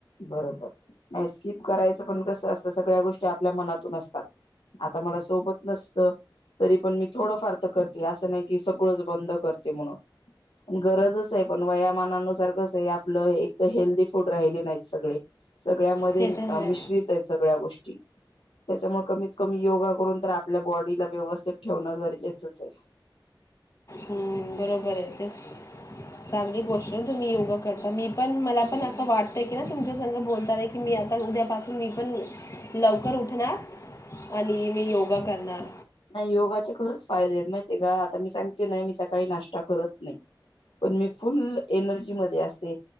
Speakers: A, on the left; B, on the left.
A: बरोबर नाही स्कीप करायचं पण कसं असतं. सगळ्या गोष्टी आपल्या मनातून असतात. आता मला सोबत नसतं. तरी पण मी थोडंफार तर करते, असं नाही की सगळंच बंद करते म्हणून. गरजच आहे पण वयामानानुसार कसं आहे. आपलं एक तर हेल्दी फूड राहिले नाही. सगळे सगळ्यामध्ये
B: ते तर आहे
A: मिश्रित आहेत सगळ्या गोष्टी. त्याच्यामुळे कमीत कमी योगा करून तर, आपल्या बॉडीला व्यवस्थित ठेवणं गरजेचंच आहे.
B: हं बरोबर आहे तेच. <unintelligible> चांगली गोष्ट तुम्ही योगा करता मी पण मला पण असं वाटतं की ना तुमच्या सोबत बोलताना की की मी आता उद्यापासून मी पण लवकर उठणार आणि मी योगा करणार.
A: नाही. योगाचे खरंच फायदेयत, माहितेय का? आता मी सांगते ना, मी सकाळी नाश्ता करत नाही. पण मी फुल् एनर्जी मध्ये असते.